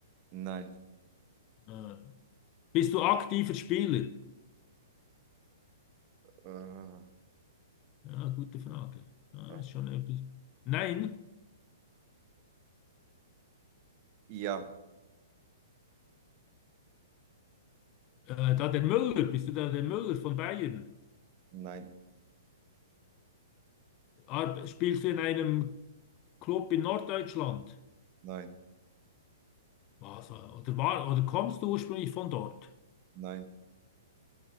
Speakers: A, on the right (about 40°); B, on the left (about 35°).
A: nein.
B: äh, bist du aktiver Spieler?
A: Äh,
B: Ja, gute Frage. Ja,
A: äh,
B: ist schon etwas. Nein,
A: ja,
B: äh, da der Müller, bist du da der Müller von Bayern?
A: nein,
B: Ar spielst du in einem Club in Norddeutschland?
A: nein,
B: Was, äh, oder, war, oder kommst du ursprünglich von dort?
A: nein,